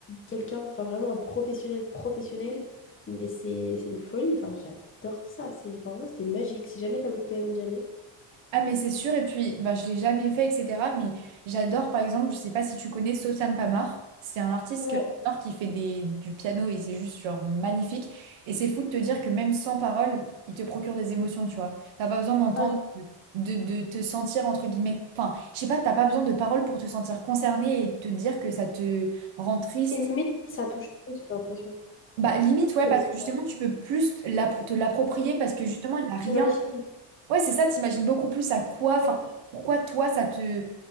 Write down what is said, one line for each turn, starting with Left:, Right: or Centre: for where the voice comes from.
Left: quelqu'un, enfin, vraiment un professionnel, professionnel. Mais c'est, c'est une folie. Enfin, j'adore ça. C'est, enfin, vraiment, c'était magique. Si jamais tu as l'occasion d'y aller.
Right: Ah, mais c'est sûr, et puis, bah, je l'ai jamais fait, etc. Mais j'adore, par exemple, je sais pas si tu connais Sofiane Pamar. C'est un artiste
Left: Ouais.
Right: que j'adore qui fait des, du piano et c'est juste genre magnifique. Et c'est fou de te dire que même sans parole, il te procure des émotions, tu vois. T'as pas besoin d'entendre,
Left: Ah,
Right: de, de de te sentir, entre guillemets, enfin, je sais pas, t'as pas besoin de paroles pour te sentir concerné et te dire que ça te rend triste
Left: Et limite, ça touche plus, j'ai l'impression,
Right: Bah, limite, ouais,
Left: que
Right: parce
Left: des...
Right: que justement,
Left: parents.
Right: tu peux plus te l'app- te l'approprier parce que justement, il n'y a rien.
Left: J'imagine.
Right: Ouais, c'est ça, t'imagines beaucoup plus à quoi, enfin,
Left: Ouais.
Right: pourquoi toi, ça te.